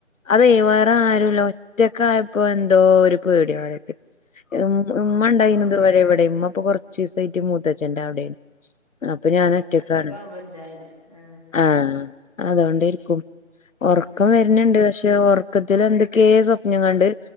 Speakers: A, on the left; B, on the left.
A: അത് വേറെ
B: ഏ ഏ
A: ആരുല്ല ഒറ്റ ഒറ്റക്കെ ആയപ്പോ എന്തോ ഒരു പേടി പോലെ ഒക്കെ ഉം ഉമ്മെണ്ടൈനത് വരെ എവിടെ ഉമ്മ അപ്പൊ കൊറച്ച് ദിവസായിട്ട് മൂത്തേ ച്ഛന്റെ അവിടെയാണ് അപ്പൊ
B: ഏ
A: ഞാന് ഒറ്റക്കാണ്
B: ഒറ്റക്കാവുമ്പോ ഒരു ചായണ്ട് ആ
A: ആഹ് അതുകൊണ്ടിരിക്കും ഉറക്കം
B: ഏ
A: വരുണുണ്ട് പക്ഷെ ഉറക്കത്തിൽ എന്ത്ക്കേ സ്വപ്നം കണ്ട്